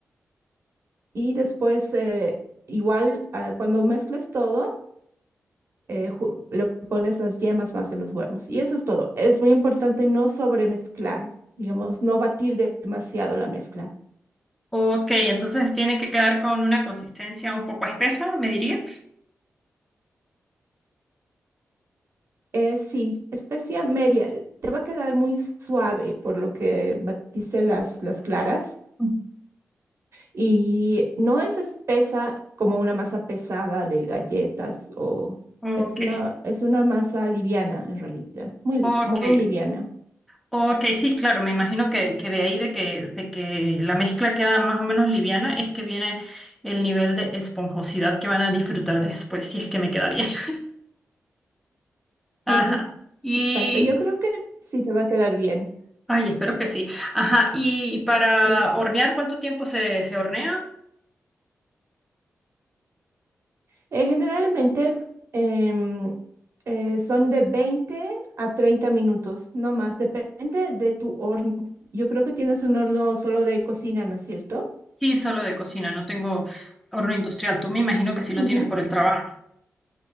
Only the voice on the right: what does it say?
y después, eh, igual, ah, cuando mezcles todo, eh, ju- le pones las yemas más de los huevos. Y eso es todo. Es muy importante no sobremezclar, digamos, no batir de- demasiado la mezcla.
Eh, sí, especia media. Te va a quedar muy suave por lo que batiste las, las claras
Y no es espesa como una masa pesada de galletas o
es una, es una masa liviana en realidad, muy,
li- muy liviana.
Eh,
exacto, yo creo que sí te va a quedar bien.
Eh,
eh, generalmente em, eh, son de veinte a treinta minutos, no más, depende de tu horno. Yo creo que tienes un horno solo de cocina, ¿no es cierto?
Ujú.